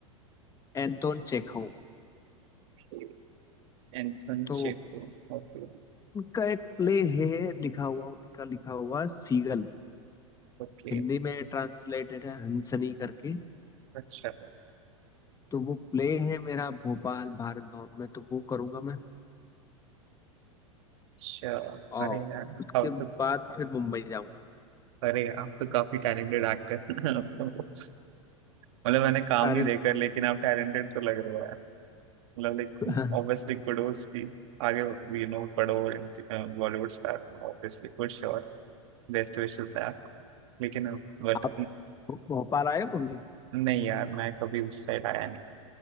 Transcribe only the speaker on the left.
एंटोन चेखव
तो
उनका एक प्ले है लिखा हुआ उनका लिखा हुआ सीगल
हिंदी में ट्रांसलेटेड है हंसनी करके
तो वो प्ले है मेरा भोपाल भारत भवन में तो वो करूंगा मैं
और
उसके
बाद फिर मुंबई जाऊंगा
अरे
<laughs>
आप भोपाल आए हो कभी